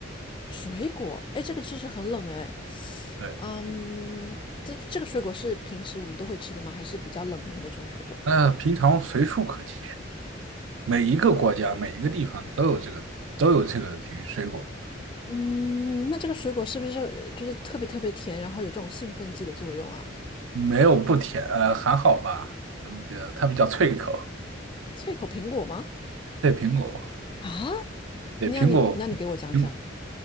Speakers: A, on the left; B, on the right.
A: 水果。哎，这个知识很冷哎，
B: 对，
A: 嗯，这这个水果是平时我们都会吃的吗？还是比较冷门的一种水果？
B: 那平常随处可见，每一个国家、每一个地方都有这个都有这个苹水果，
A: 嗯，那这个水果是不是呃就是特别特别甜，然后有这种兴奋剂的作用啊？
B: 没有不甜，呃，还好吧，嗯，比它比较脆口。
A: 脆口苹果吗？
B: 对，苹果，
A: 啊，
B: 对，
A: 那样你那你给我讲讲。
B: 苹果，苹，